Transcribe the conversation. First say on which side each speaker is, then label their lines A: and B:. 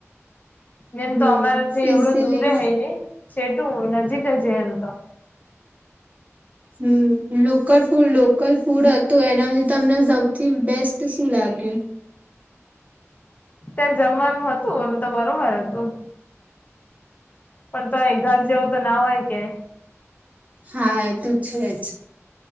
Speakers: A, on the left; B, on the right.
A: ને એમ
B: હમ
A: તો અમારાથી
B: ઈઝીલી
A: એવડું દૂરે હય ની, છેટું નજીકજ જીયે એમ તો.
B: હમ્મ લોકલ ફૂડ, લોકલ ફૂડ હતું એનાથી તમને સૌથી બેસ્ટ શું લાગ્યું?
A: ત્યાં જમવાનું હતું, એમ તો બરોબર હતું. પણ તોએ ઘર જેવું તો ના હોયકે.
B: હા એ તો છેજ.